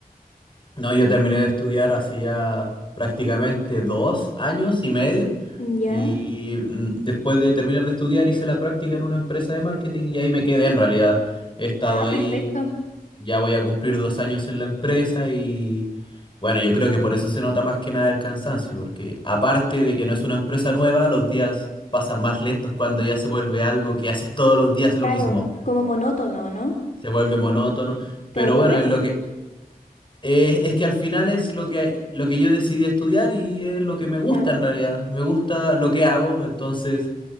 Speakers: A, on the left; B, on the left.
A: No, yo terminé de estudiar hace ya prácticamente dos años y medio
B: Ya.
A: y mm, después de terminar de estudiar hice la práctica en una empresa de marketing y ahí me quedé
B: Ujú.
A: en realidad. He estado
B: Ah,
A: ahí,
B: perfecto.
A: ya voy a cumplir dos años en la empresa y bueno, yo creo que por eso se nota más que nada el cansancio, porque aparte de que no es una empresa nueva, los días pasan más lentos cuando ya se vuelve algo que haces todos los días lo
B: Claro,
A: mismo,
B: como monótono, ¿no?
A: se vuelve monótono. Pero
B: ¿Te aburres?
A: bueno, es lo que, eh, es que al final es lo que, lo que yo decidí estudiar y es lo que me gusta
B: Claro.
A: en realidad. Me gusta lo que hago, entonces